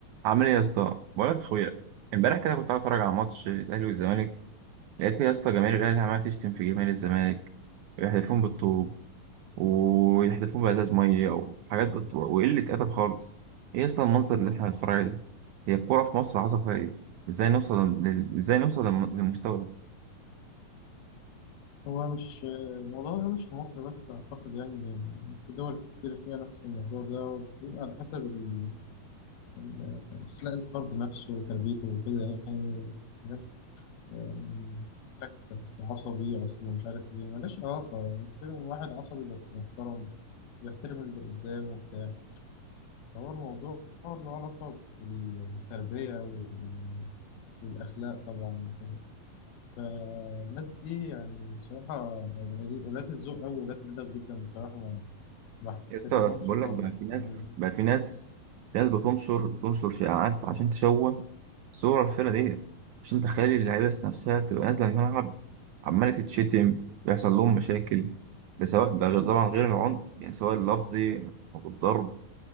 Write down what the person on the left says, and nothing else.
هو مش الموضوع ده مش في مصر بس أعتقد يعني إن في دول كتير فيها نفس الموضوع ده وبيبقى على حسب ال- ال- أخلاق الفرد نفسه وتربيته وكده يعني حاجات يعني يقول لك أصل عصبي أصل مش عارف إيه ملهاش علاقة يعني في واحد عصبي بس محترم ويحترم اللي قدامه وبتاع فهو الموضوع له علاقة بالتربية وال- والأخلاق طبعا فالناس دي يعني بصراحة ولاة الذوق أوي ولاة الأدب جدا بصراحة ما ما
بحترمهمش
خالص
الناس دي